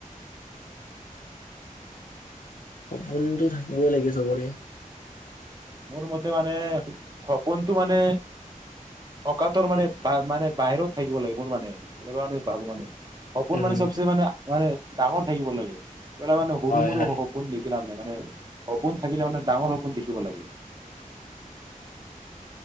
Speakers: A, on the left (about 75°); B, on the right (about 30°).
A: সপোনটো থাকিবই লাগে চবৰে
B: মোৰ মতে মানে সপোনটো মানে অকাতৰ মানে মানে বাহিৰত থাকিব লাগে মোৰ মানে এনেকুৱা মানে ভাবো মানে সপোন
A: উম
B: মানে চবচে মানে মানে ডাঙৰ থাকিব লাগে <unintelligible> লাভ নাই
A: হয় হয়
B: মানে সপোন থাকিলে মানে ডাঙৰ সপোন দেখিব লাগে